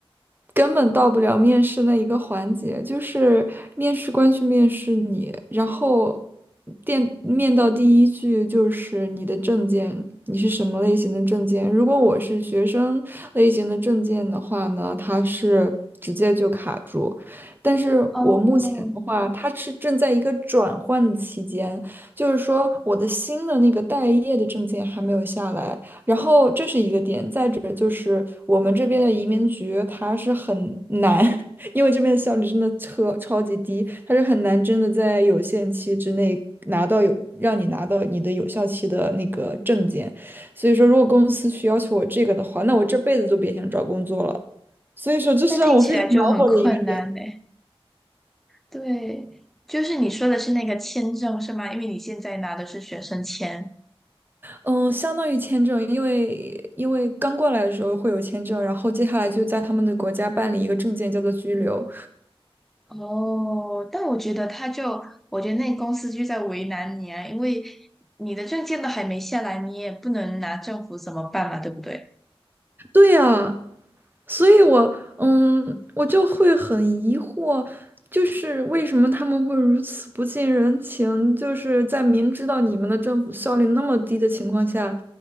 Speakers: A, on the right; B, in the centre.
A: 根本到不了面试那一个环节，就是面试官去面试你，然后电面到第一句就是你的证件，你是什么类型的证件？如果我是学生类型的证件的话呢，它是直接就卡住，但是我目前的话，
B: 哦，
A: 它是正在一个转换期间。就是说我的新的那个待业的证件还没有下来，然后这是一个点，再者就是我们这边的移民局它是很难，<laughs> 因为这边的效率真的超超级低，它是很难真的在有限期之内拿到有让你拿到你的有效期的那个证件，所以说如果公司去要求我这个的话，那我这辈子都别想找工作了。所以说这是让我非常恼火的一个点。
B: 那听起来就很困难呢。对，就是你说的是那个签证是吗？因为你现在拿的是学生签。
A: 嗯，相当于签证，因为因为刚过来的时候会有签证，然后接下来就在他们的国家办理一个证件，叫做居留。
B: 哦，但我觉得他就，我觉得那公司就在为难你啊，因为你的证件都还没下来，你也不能拿政府怎么办嘛，对不对？
A: 对呀，所以我，嗯，我就会很疑惑，就是为什么他们会如此不近人情？就是在明知道你们的政府效率那么低的情况下，